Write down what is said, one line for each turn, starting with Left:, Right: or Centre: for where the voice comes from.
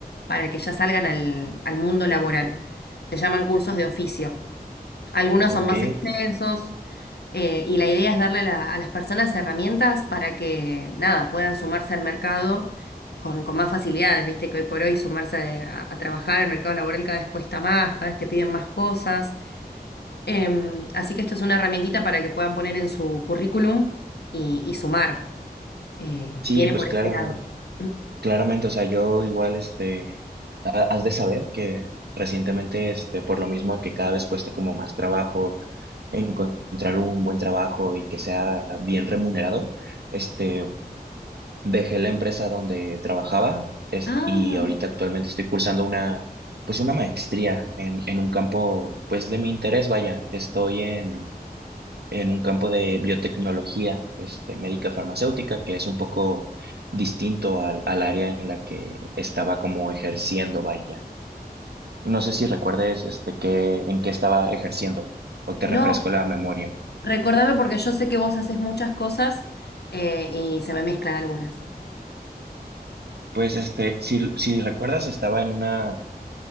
Left: para que ya salgan al, al mundo laboral. Se llaman cursos de oficio. Algunos
Right: Ok.
Left: son más extensos. Eh, y la idea es darle la- a las personas herramientas para que, nada, puedan sumarse al mercado con, con más facilidades, viste que hoy por hoy sumarse a, a trabajar al mercado laboral cada vez cuesta más, cada vez te piden más cosas. Em, así que esto es una herramientita para que puedan poner en su currículum y, y sumar. Eh,
Right: Sí,
Left: viene
Right: pues
Left: por
Right: claro,
Left: ese lado. <clears throat>
Right: Claramente, o sea, yo igual, este, ha- has de saber que recientemente, este, por lo mismo de que cada vez cuesta como más trabajo encontrar un buen trabajo y que sea bien remunerado, este, dejé la empresa donde trabajaba, es-
Left: Ah,
Right: y ahorita actualmente estoy cursando una, pues una maestría en, en un campo, pues de mi interés, vaya, estoy en en un campo de biotecnología, este, médica farmacéutica, que es un poco distinto al, al área en la que estaba como ejerciendo, vaya. No sé si recuerdes este, que, en qué estaba ejerciendo o te
Left: no,
Right: refresco la memoria.
Left: recordame porque yo sé que vos haces muchas cosas eh, y se me mezclan algunas.
Right: Pues este, si, si recuerdas, estaba en una